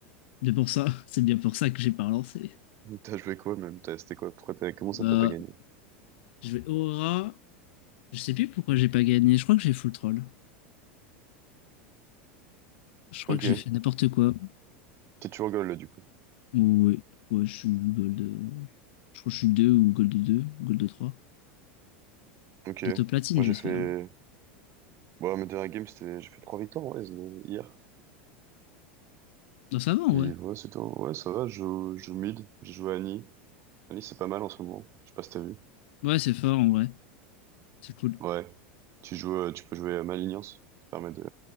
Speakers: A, on the left; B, on the right.
A: c'est pour ça, c'est bien pour ça que j'ai pas relancé.
B: <laughs> T'as joué quoi même? T'as- C'était quoi? Pourquoi t'as, comment
A: Bah,
B: ça t'as pas gagné?
A: je vais Aurora. Je sais plus pourquoi j'ai pas gagné. Je crois que j'ai full troll. Je crois
B: Ok.
A: que j'ai fait n'importe quoi.
B: T'es toujours goal, là, du coup.
A: Ouais, ouais, je suis gold. euh, ouais. Je crois que je suis 2 ou gold 2, gold 3.
B: Ok.
A: Peut-être platine,
B: Moi,
A: j'espère.
B: j'ai fait, bon, mes dernières games, c'était, j'ai fait trois victoires, ouais, c'est- hier.
A: Non, ça va en
B: Puis,
A: vrai.
B: ouais, c'était Ouais, ça va, je joue, je joue mid. J'ai joué Annie. Annie, c'est pas mal en ce moment. Je sais pas si t'as vu.
A: Ouais, c'est fort en vrai. C'est cool.
B: Ouais. Tu joues, euh, tu peux jouer à Malignance. Ça permet de,